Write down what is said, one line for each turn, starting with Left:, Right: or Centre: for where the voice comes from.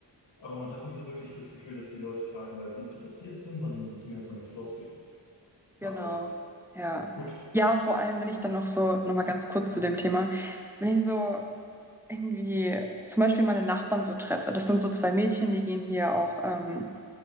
Left: aber man hat nie so wirklich das Gefühl, dass die Leute fragen, weil sie interessiert sind, sondern es ist mehr so eine Floskel. Aber
Centre: Genau, ja.
Left: gut.
Centre: Ja, vor allem, wenn ich dann noch so, nochmal ganz kurz zu dem Thema, wenn ich so irgendwie zum Beispiel meine Nachbarn so treffe, das sind so zwei Mädchen, die gehen hier auch ähm,